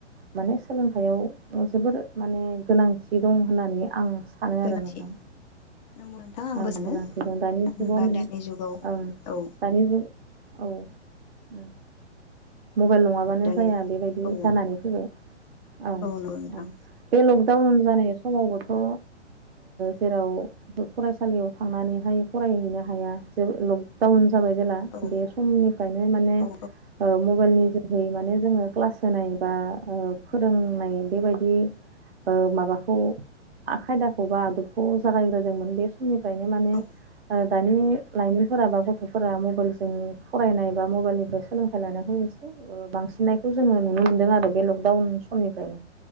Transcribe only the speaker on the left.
गोनांथि
<unintelligible>
सानो
मानो होनबा
दानि जुगाव
औ
दानि
औ
नंगौ नोंथां
औ
औ
औ